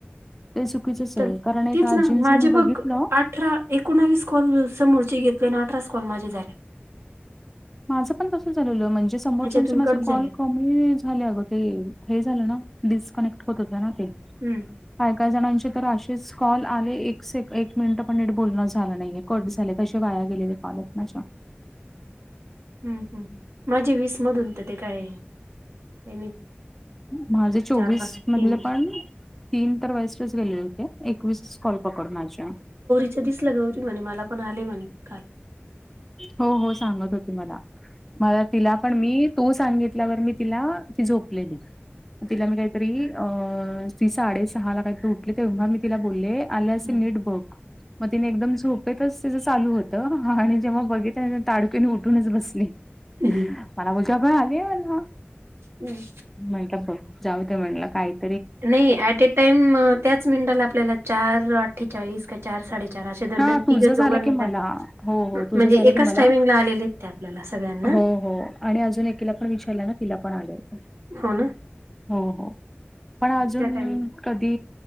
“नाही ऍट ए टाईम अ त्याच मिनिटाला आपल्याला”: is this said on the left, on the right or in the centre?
Right